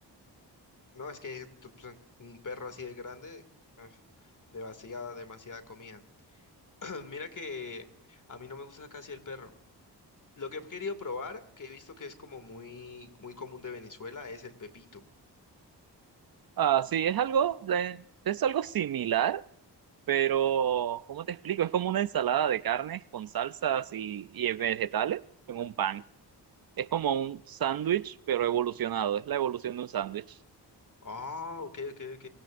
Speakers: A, on the left; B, on the right.
A: no, es que tu- tu- un perro así de grande, uf, demasiada, demasiada comida. <clears throat> Mira que a mí no me gusta casi el perro. Lo que he querido probar, que he visto que es como muy, muy común de Venezuela, es el pepito.
B: Ah, sí, es algo, eh, es algo similar, pero ¿cómo te explico? Es como una ensalada de carnes con salsas y, y vegetales en un pan. Es como un sándwich, pero evolucionado. Es la evolución de un sándwich.
A: Ah, ok, ok, ok.